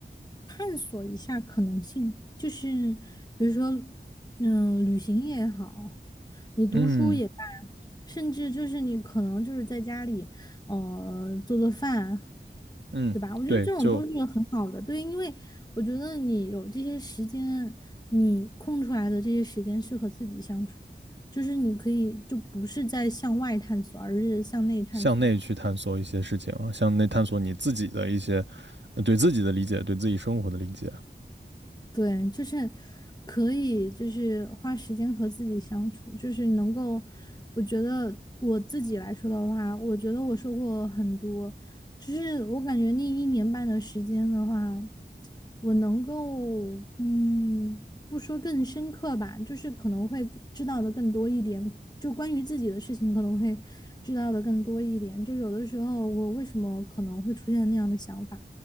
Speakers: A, on the left; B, on the right.
A: 探索一下可能性，就是比如说，嗯，旅行也好，你读书也罢，
B: 嗯
A: 甚至就是你可能就是在家里，呃，做做饭，
B: 嗯，
A: 对吧？我觉得这种都是很好的，
B: 对，就
A: 对，因为我觉得你有这些时间，你空出来的这些时间是和自己相处。就是你可以就不是在向外探索，而是向内探索。
B: 向内去探索一些事情啊，向内探索你自己的一些，呃对自己的理解，对自己生活的理解。
A: 对，就是可以，就是花时间和自己相处，就是能够，我觉得我自己来说的话，我觉得我收获很多，就是我感觉那一年半的时间的话，我能够，嗯，不说更深刻吧，就是可能会知道的更多一点，就关于自己的事情可能会知道的更多一点，就有的时候我为什么可能会出现那样的想法。